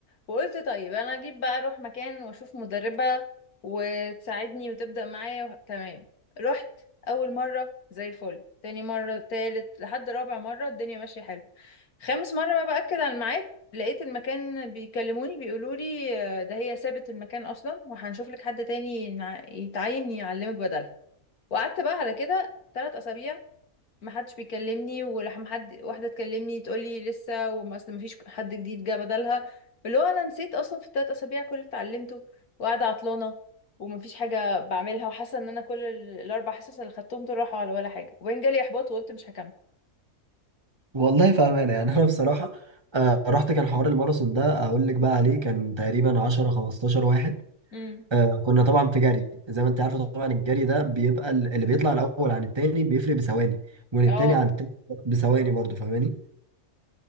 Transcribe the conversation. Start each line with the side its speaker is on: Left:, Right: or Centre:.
Left: وقلت طيب انا اجيب بقى اروح مكان واشوف مدربه وتساعدني وتبدا معايا و... تمام رحت اول مره زي الفل تاني مره تالت لحد رابع مره الدنيا ماشيه حلو خامس مره بقى باكد على الميعاد لقيت المكان بيكلموني بيقولوا لي آه، ده هي سابت المكان اصلا وهنشوف لك حد تاني ينع- يتعين يعلمك بدلها وقعدت بقى على كده ثلاث اسابيع ما حدش بيكلمني ولما حد واحده تكلمني تقول لي لسه وما اصل ما فيش حد جديد جه بدلها اللي هو انا نسيت اصلا في الثلاث اسابيع كل اللي اتعلمته وقاعده عطلانه وما فيش حاجه بعملها وحاسه ان انا كل ال- الاربع حصص اللي خدتهم دول راحوا على ولا حاجه وبعدين جالي احباط وقلت مش هكمل
Right: والله فاهمانه يعني <laughs> انا بصراحه آه، رحت كان حوار الماراثون ده اقول لك بقى عليه كان تقريبا 10 15 واحد
Left: امم
Right: آه، كنا طبعا في جري زي ما انت عارفه طبعا الجري ده بيبقى ال- اللي بيطلع الاول عن التاني بيفرق بثواني والتاني
Left: اه
Right: عن التاني بثواني برضه فاهماني